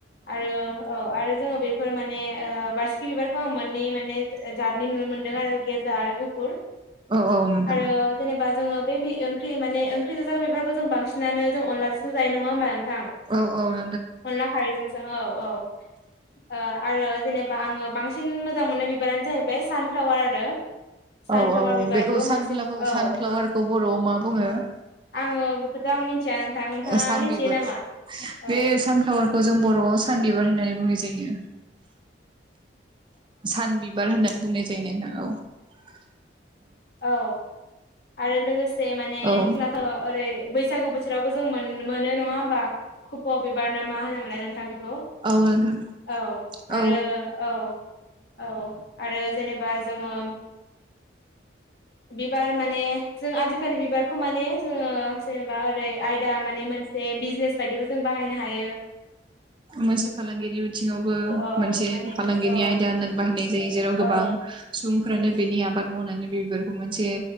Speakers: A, on the left; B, on the right.
A: आरो औ आरो जोङो बे बेफोर माने ओ बारसिखि बिबारखौ आं मोन्नै माने जातनि नुनो मोन्दों आरो गोजा आरो गुफुर।
B: औ औ नोंथां
A: आरो
B: ।
A: जेनेबा जोङो बे बि ओंख्रि माने ओंख्रि गोजा बिबारखौ जों बांसिनानो जों अनलाजोंसो जायो नङा होमबा नोंथां?
B: औ औ ।
A: अनला खारैजोंसो औ औ । ओ आरो जेनेबा आङो बांसिन मोजां मोननाय बिबारानो जाहैबाय सानफ्लावार आरो। सानफ्लावार
B: औ औ
A: बिबारखौ
B: बेखौ सानफ्लावार
A: बांसिन औ
B: सानफ्लावारखौ बर'आव मा बुङो
A: आङो बेखौथ' आं मिथिया नोंथां नोंथाङा
B: सानबिबार
A: मिथियो नामा? औ
B: बे सानफ्लावारखौ जों बर'आव सान बिबार होननानै बुंनाय जायो। सानबिबार होननानै बुंनाय जायो नोंथां औ।
A: औ आरो लोगोसे माने
B: औ
A: जोंनाथ' ओरै बैसागु बो- थोरावबो जों मोन-मोनो नङा होमबा? खफ' बिबार ना मा होनोमोनलाय नोंथां! नंगौ
B: औ नोंथां
A: औ आरो
B: औ
A: औ औ आरो जेनेबा जोङो बिबार माने जों आजिखालि बिबारखौ माने जोङो जेनेबा ओरै आयदा माने मोनसे बिजनेस बायदिबो जों बाहायनो हायो ।
B: मोनसे फालांगियारि बिथिङावबो
A: औ
B: मोनसे
A: माने
B: फालांगिनि
A: औ
B: आयदा होननानै बाहायनाय जायो जेराव
A: औ
B: गोबां सुबुंफ्रानो बेनि आबाद मावनानै बिबारखौ मोनसे